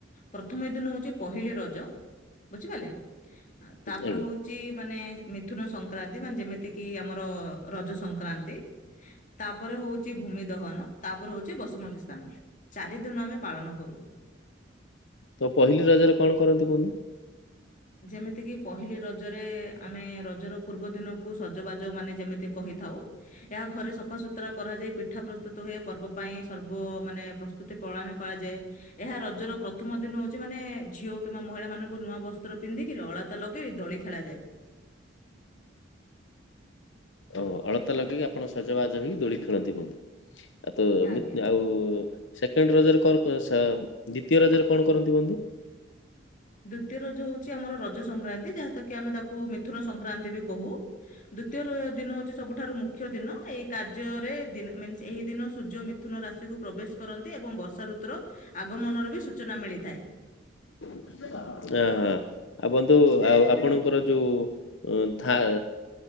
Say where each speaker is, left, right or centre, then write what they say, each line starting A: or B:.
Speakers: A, on the left (about 45°); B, on the left (about 80°).
A: ପ୍ରଥମ ଏ ଦିନ ହଉଛି ପହିଲି ରଜ। ବୁଝିପାରିଲେ? ଆ, ତାପରେ
B: ଆଜ୍ଞା
A: ହଉ ଚି ମାନେ ମିଥୁନ ସଂକ୍ରାନ୍ତି ମାନେ ଯେମିତି କି ଆମର ରଜ ସଂକ୍ରାନ୍ତି। ତାପରେ ହଉଚି ଭୂମି ଦହନ, ତାପରେ ହଉଛି ବସୁମତୀ ସ୍ଥାନ, ଚାରି ଦିନ ଆମେ ପାଳନ କରୁ।
B: ତ ପହିଲି ରଜରେ କଣ କରନ୍ତି ବନ୍ଧୁ?
A: ଯେମିତିକି ପହିଲି ରଜରେ ଆମେ ରଜର ପୂର୍ବ ଦିନକୁ ସଜବାଜ ମାନେ ଯେମିତି କହିଥାଉ। ଏହା ଘରେ ସଫାସତୁରା କରାଯାଏ। ପିଠା ପ୍ରସ୍ତୁତ ହୁଏ। ପର୍ବ ପାଇଁ ସର୍ବ ମାନେ ପ୍ରସ୍ ସ୍ତୁତି ପଳାନ କରାଯାଏ। ଏହା ରଜର ପ୍ରଥମ ଦିନ ହଉଛି ମାନେ ଝିଅ କିମ୍ବା ମହିଳା ମାନଙ୍କୁ ନୂଆ ବସ୍ ତ୍ର ପନ୍ଧିକି ଅଳତା ଲଗେଇ ଦୋଳି ଖେଳାଯାଏ।
B: ଓ ଅଳତା ଲଗେଇକି ଆପଣ ସଜବାଜ ହେଇ ଦୋଳି ଖେଳନ୍ତି ବନ୍ଧୁ। ଆ, ତ ଏମିତ୍
A: ଆଜ୍ଞା
B: ଆଉ ଉ, ସେକେଣ୍ଡ ରଜରେ କର୍ କ- ସା- ଦ୍ଵିତୀୟ ରଜରେ କଣ କରନ୍ତି ବନ୍ଧୁ?
A: ଦ୍ଵିତୀୟ ରଜ ହଉଛି ଆମର ରଜ ସଂକ୍ରାନ୍ତି ଯାହା ତ କିି ଆମେ ତାକୁ ମିଥୁନ ସଂକ୍ରାନ୍ତି ବି କହୁ। ଦ୍ଵିତୀୟରେ ଦିନ ହଉଛି ସବୁଠାରୁ ମୁ ଖ୍ୟ ଦିନ ଏଇ କାର୍ଯ୍ୟରେ ଦିନ ମିନ୍ସ ଏହି ଦିନ ସୂର୍ଯ୍ୟ ମିଥୁନ ରାଶିକୁ ପ୍ରବେଶ କରନ୍ତି ଏବଂ ବର୍ଷା ଋତୁର ଆଗମନର ବି ସୂଚନା ମିଳିଥାଏ।
B: ଆ, ହୋ। ଆଉ ବନ୍ଧୁ ଆଉ ଆପଣଙ୍କର ଯୋଉଥା